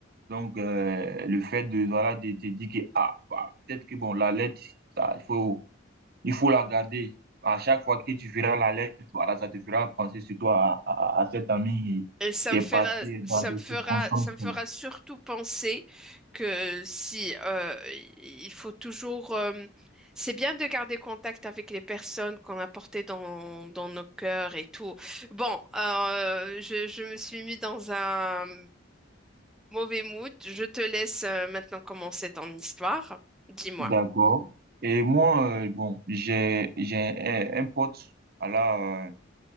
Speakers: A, on the right (about 55°); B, in the centre.
A: Donc, euh, le fait de, voilà, de te dire que, ah, bah, peut-être que, bon, la lettre, ça, il faut Il faut la garder. À chaque fois que tu verras la lettre, voilà, ça te fera penser surtout à, à, à cet ami
B: Et ça
A: qui
B: me
A: est
B: fera,
A: parti
B: ça
A: dans des
B: me fera,
A: circonstances.
B: ça me fera surtout penser que si euh, il faut toujours, euh, c'est bien de garder contact avec les personnes qu'on a portées dans, dans nos cœurs et tout. Bon, euh, je, je me suis mis dans un mauvais mood. Je te laisse euh, maintenant commencer ton histoire. Dis-moi.
A: D'accord. Et moi, euh, bon, j'ai, j'ai un, un pote, voilà, euh,